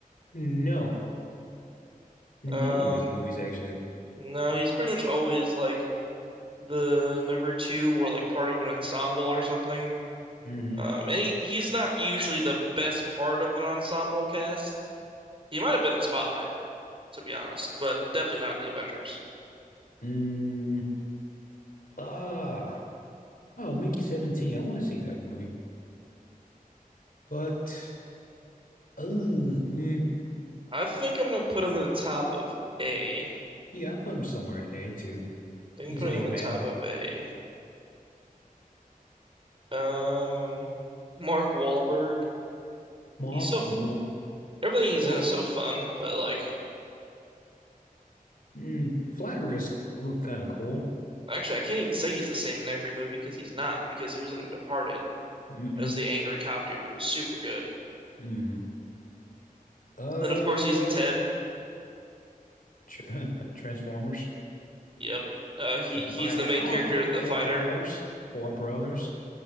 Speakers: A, on the left (about 70°); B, on the right (about 40°).
A: No. None
B: Um,
A: of his movies, actually.
B: no, he's pretty much always like the number two or like part of an ensemble or something.
A: hmm
B: Um, and he, he's not usually the best part of an ensemble cast. He might have been in Spotlight, to be honest, but definitely not in the Avengers.
A: Mm, ah, oh, Mickey 17. I want to see that one movie. But, uh, mm,
B: I think I'm gonna put him at the top of A. I
A: yeah, I put him somewhere in A too.
B: think
A: He's
B: I'm putting
A: an A
B: him
A: man.
B: at the top of A. Um, Mark Wahlberg.
A: Mark,
B: He's so f
A: Wa-
B: everything he's
A: Wall,
B: in is so fun, but like
A: mm, Flat Risk look kind of cool.
B: Actually, I can't even say he's the same in every movie because he's not, because he was in The Departed
A: Mm-mm,
B: as the angry cop dude who was super good.
A: mm. Uh,
B: And of course, he's in Ted.
A: tr <laughs> Transformers,
B: Yep. Uh, he
A: The Fighter.
B: he's the main
A: Oh,
B: character,
A: Four,
B: the
A: Four
B: fighter.
A: Brothers. Four Brothers.